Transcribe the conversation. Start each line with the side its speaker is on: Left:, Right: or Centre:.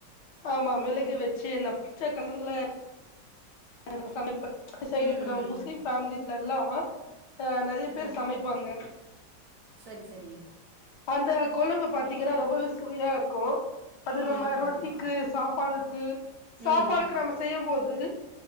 Left: ஆமா மிளகு வச்ச வச்சி என்ன பச்சை கலர்ல அதான் சமைப்ப சைடூ
Right: ம்,
Left: இப்ப நம்ம
Right: ம்,
Left: முஸ்லிம்
Right: ம்.
Left: பெமிலி முன்னல்லாம் ஆ நிறைய பேர்
Right: ம்.
Left: சமைப்பாங்க
Right: சரி சேரி
Left: அந்த கொழம்பு பாத்தீங்கன்னா ரொம்பவே சுவையா இருக்கும் அது நம்ம
Right: ம். கண்டிப்பா.
Left: ரொட்டிக்கு சாப்பாடுக்கு சாப்பாடுக்கு
Right: ம்.
Left: நம்ம செய்யும்போது உ